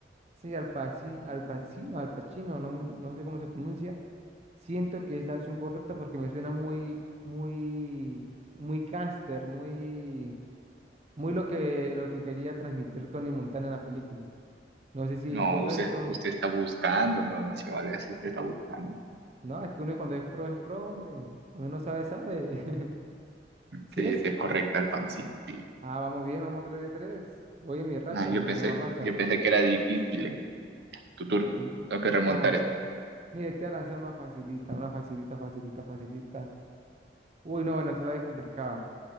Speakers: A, on the right (about 35°); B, on the right (about 70°).
A: Sí, Al Pacino, Al Pacino, Al Pacino, no, me- no sé cómo se pronuncia. Siento que es la opción correcta porque me suena muy, muy, muy gángster, muy, muy lo que, lo que quería transmitir Tony Montana en la película. No sé si
B: No,
A: es correcto.
B: usted, usted está buscando. No, no se vale así. Usted está buscando.
A: No, es que uno cuando es pro es pro, hombre. Cuando uno sabe, sabe.
B: Sí,
A: <laughs> ¿Sí es?
B: sí, es correcta Al Pacino. Sí.
A: Ah, vamos bien, vamos 3 de tres Voy en mi racha,
B: Ah, yo
A: mi
B: pensé,
A: mejor racha.
B: yo pensé que era difícil. eh. Tu turno.
A: Mm,
B: Tengo que remontar.
A: Vamos.
B: esto.
A: Mire, te voy a lanzar una facilita, una facilita, facilita, facilita. Uy, no, bueno, esta está bien complicada.